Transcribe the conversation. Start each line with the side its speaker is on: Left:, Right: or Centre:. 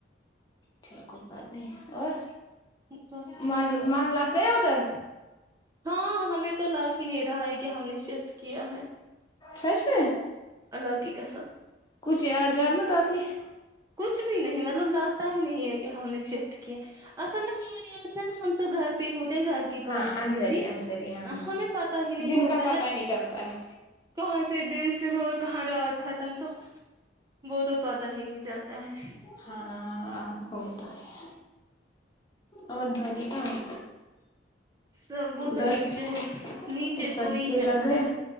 Left: چلو کوئی بات نہیں اور
Right: بس ٹھیک
Left: من
Right: اچھے
Left: من لاگ
Right: سے
Left: گیا ادھر
Right: ہاں ہمیں تو لاگ ہی نہیں رہا ہے کہ ہم نے شفٹ کیا ہے
Left: سچ میں
Right: الله کی قسم
Left: کچھ یاد ود مت آتی ہے
Right: کچھ بھی نہیں مطلب لگتا ہی نہیں ہے کہ ہم نے شفٹ کیے اصل میں ہماری یاد ہے نا ہم تو گھر پہ ہی ہوتے ہیں گھر کے کاموں
Left: ہاں
Right: میں
Left: اندر
Right: بزی
Left: ہی اندر ہی ہاں
Right: ہمیں پتا ہی نہیں
Left: دن
Right: ہوتا
Left: کا پتا
Right: ہے
Left: ہی نہیں چلتا ہے
Right: کہاں سے دن شروع اور کہاں رات ختم تو وہ تو پتا ہی نہیں چلتا ہے
Left: ہاں تو ہے اور دادی کہاں ہے
Right: س وہ تو
Left: داد
Right: نیچے ہے نیچے
Left: اس کا
Right: سوئی
Left: دل
Right: ہے
Left: لگ
Right: وہ
Left: گیا